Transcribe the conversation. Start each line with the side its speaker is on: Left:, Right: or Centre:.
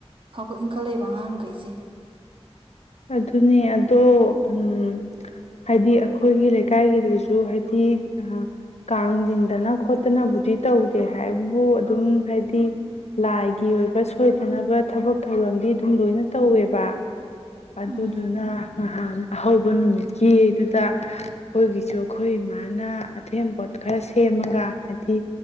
Right: ꯍꯧꯒꯠ ꯏꯟꯈꯠꯂꯛꯏꯕ ꯑꯉꯥꯡꯈꯩꯖꯦ
Left: ꯑꯗꯨꯅꯦ ꯑꯗꯣ ꯎꯝ ꯍꯥꯏꯗꯤ ꯑꯩꯈꯣꯏꯒꯤ ꯂꯩꯀꯥꯏꯒꯤꯗꯁꯨ ꯍꯥꯏꯗꯤ ꯑꯥ ꯀꯥꯡ ꯆꯤꯡꯗꯅ ꯈꯣꯠꯇꯅꯕꯨꯗꯤ ꯇꯧꯗꯦ ꯍꯥꯏꯕꯨ ꯑꯗꯨꯝ ꯍꯥꯏꯗꯤ ꯂꯥꯏꯒꯤ ꯑꯣꯏꯕ ꯁꯣꯏꯗꯅꯕ ꯊꯕꯛ ꯊꯧꯔꯝꯗꯤ ꯑꯗꯨꯝ ꯂꯣꯏꯅ ꯇꯧꯋꯦꯕ ꯑꯗꯨꯗꯨꯅ
Right: ꯎꯝ
Left: ꯅꯍꯥꯟ ꯑꯍꯧꯕ ꯅꯨꯃꯤꯠꯀꯤꯗꯨꯗ ꯑꯩꯈꯣꯏꯒꯤꯁꯨ ꯑꯩꯈꯣꯏ ꯏꯃꯥꯅ ꯑꯊꯦꯟꯄꯣꯠ ꯈꯔ ꯁꯦꯝꯃꯒ ꯍꯥꯏꯗꯤ